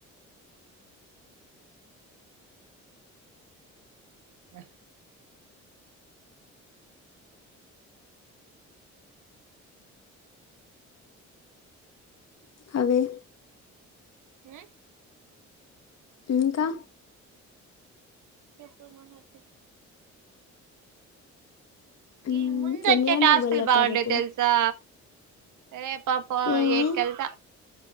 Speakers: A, on the right (about 80°); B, on the left (about 60°).
A: ఆ
B: అవే
A: ఆయ్
B: ఇంకా
A: చెప్పు <unintelligible>
B: హ్మ్
A: ఈ ముందు వచ్చే
B: ఎన్ని గంటలకు
A: టాస్కులు
B: బయలుదేరుతావు
A: బాగుండే
B: రేపు
A: తెలుసా రేపా పౌ
B: ఏమి
A: ఎయిట్ కెల్త